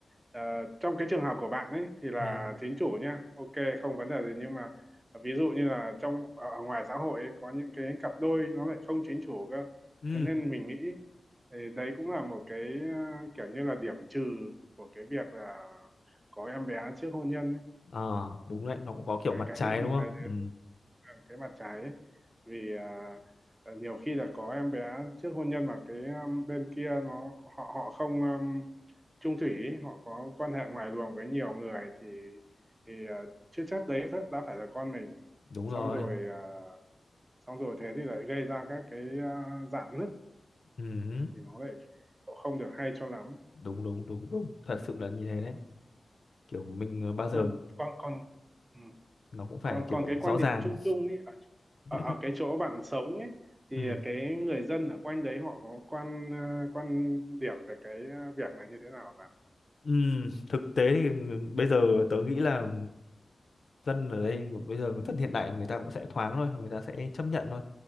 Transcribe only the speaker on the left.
ừ
ừ
à, đúng đấy nó cũng có kiểu
mặt
trái
đúng
không
ừ
đúng
rồi
ừ
đúng đúng đúng đúng thật sự là như thế đấy kiểu mình ờ, bao giờ
nó cũng phải
kiểu
rõ
ràng
<laughs>
ừ.
Ừ. thực tế thì ừ, bây giờ tớ nghĩ là dân ở đây bây giờ dân hiện đại người ta cũng sẽ thoáng thôi người ta sẽ chấp nhận thôi